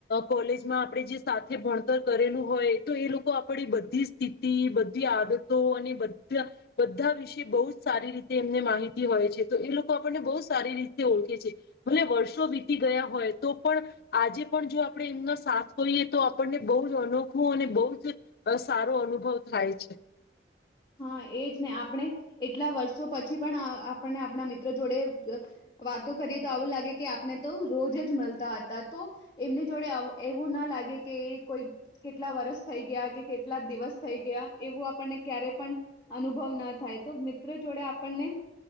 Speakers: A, on the left (about 60°); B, on the left (about 25°).
A: કોલેજમાં આપડે જે સાથે ભણતર કરેલું હોય તો એ લોકો આપણી બધી સ્થિતિ બધી આદતો અને બધા બધા વિશે બહુ જ સારી રીતે એમને માહિતી હોય છે તો એ લોકો આપણને બહુ સારી રીતે ઓળખે છે ભલે વર્ષો વીતી ગયા હોય તો પણ આજે પણ જો આપણે એમનો સાથ હોઈએ તો આપણને બહુ જ અનોખું અને બહુ જ સારો અનુભવ થાય છે.
B: હા, એજ ને આપણે એટલા વર્ષો પછી પણ આપણને આપણા મિત્ર જોડે વાતો કરીએ તો આવું લાગે કે આપને તો રોજ જ મળતા હતા તો એમની જોડે એવું ના લાગે કે કોઈ કેટલા વરસ થઈ ગયા કે કેટલા દિવસ થઈ ગયા એવું આપણને ક્યારે પણ અનુભવ ના થાય તો મિત્ર જોડે આપણને